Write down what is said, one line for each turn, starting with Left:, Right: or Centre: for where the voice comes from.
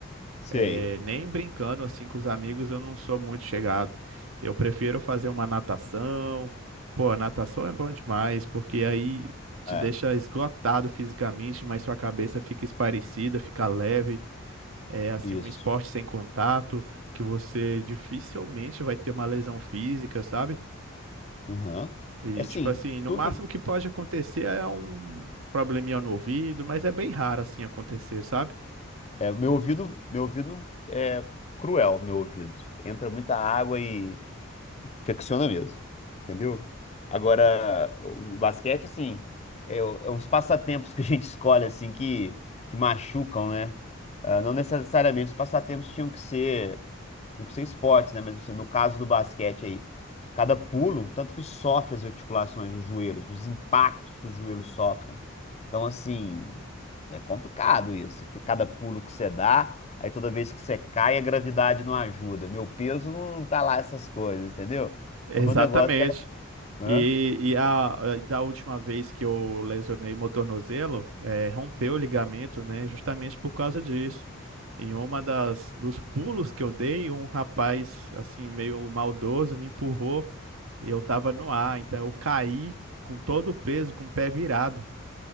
Left: sei.
Right: É, nem brincando, assim, com os amigos, eu não sou muito chegado. Eu prefiro fazer uma natação. Pô, a natação é bom demais, porque aí te
Left: É,
Right: deixa esgotado fisicamente, mas sua cabeça fica esparecida, fica leve. É assim
Left: isso.
Right: um esporte sem contato, que você dificilmente vai ter uma lesão física, sabe?
Left: Uhum.
Right: E
Left: É assim,
Right: tipo assim, no
Left: tudo.
Right: máximo que pode acontecer é um probleminha no ouvido, mas é bem raro assim acontecer, sabe?
Left: É, meu ouvido, meu ouvido é cruel, meu ouvido. Entra muita água e Infecciona mesmo, entendeu? Agora, o basquete, assim, é, o- é uns passatempos que a gente <laughs> escolhe, assim, que, que machucam, né? Ah, não necessariamente os passatempos tinham que ser, tinham que ser esportes, né? Mas assim, no caso do basquete aí, cada pulo, tanto que sofre as articulações, os joelhos, os impactos que os joelhos sofrem. Então, assim, é complicado isso, que cada pulo que você dá. Aí toda vez que você cai, a gravidade não ajuda. Meu peso não tá lá essas coisas, entendeu?
Right: Exatamente.
Left: Então meu negócio é. Hã?
Right: E, e a, a- da última vez que eu lesionei meu tornozelo, eh, rompeu o ligamento, né? Justamente por causa disso. Em uma das dos pulos que eu dei, um rapaz assim meio maldoso me empurrou Eu tava no ar, então eu caí com todo o peso, com o pé virado.